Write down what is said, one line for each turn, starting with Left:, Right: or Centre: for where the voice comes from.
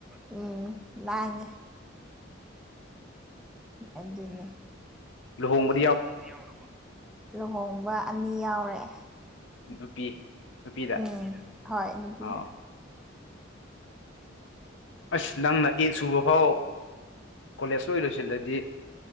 Centre: ꯎꯝ ꯂꯥꯡꯉꯦ ꯑꯗꯨꯅꯦ
Left: ꯂꯨꯍꯣꯡꯕ
Centre: ꯂꯨꯍꯣꯡꯕꯗꯤ ꯌꯥꯎꯔꯕꫭ ꯂꯨꯍꯣꯡꯕ ꯑꯅꯤ ꯌꯥꯎꯔꯛꯑꯦ ꯫
Left: ꯅꯨꯄꯤ ꯅꯨꯄꯤꯗ
Centre: ꯎꯝ ꯍꯣꯏ ꯅꯨꯄꯤꯗ
Left: ꯑꯥ ꯑꯁ ꯅꯪꯅ ꯑꯦꯠ ꯁꯨꯕ ꯐꯥꯎ ꯀꯣꯂꯦꯖ ꯂꯣꯏ ꯂꯣꯏꯁꯤꯜꯂꯗꯤ